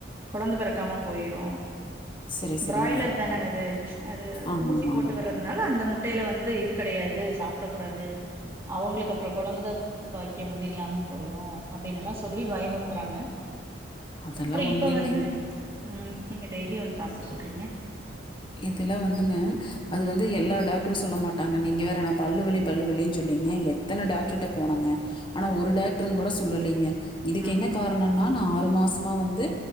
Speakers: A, on the right; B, on the left.
A: கொழந்த பிறக்காம போயிரோ
B: சரி சரிங்க
A: பிராய்லர் தானேங்க அது அது
B: ஆமா
A: ஊசி
B: ஆமாங்க
A: போட்டு வறது அதனால அந்த முட்டையில வந்து இது கிடையாது சாப்பிடக்க கூடாது அவங்களுக்கு அப்றோ குழந்த பாக்கியம் வந்து இல்லாம போயிரு அப்டின்னு எல்லா சொல்லி பயமுறுத்துறாங்க
B: அதெல்லா
A: அப்றோ
B: ஒண்ணு
A: இப்ப வந்து
B: இல்லைங்க
A: ம் நீங்க டெய்லிய ஒண்ணு சாப்பிட சொல்றீங்க
B: இதுல வந்துங்க அது வந்து எல்லா டாக்டரும் சொல்ல மாட்டாங்க நீங்க வேற என்னா பல்லு வலி பல்லு வலின்னு சொல்லீங்க எத்தன டாக்டர்ட்ட போனாங்க ஆனா ஒரு டாக்டர் கூட சொல்லலைங்க இதுக்கு
A: ம்
B: என்ன காரணம்னா நான் ஆறு மாசமா வந்து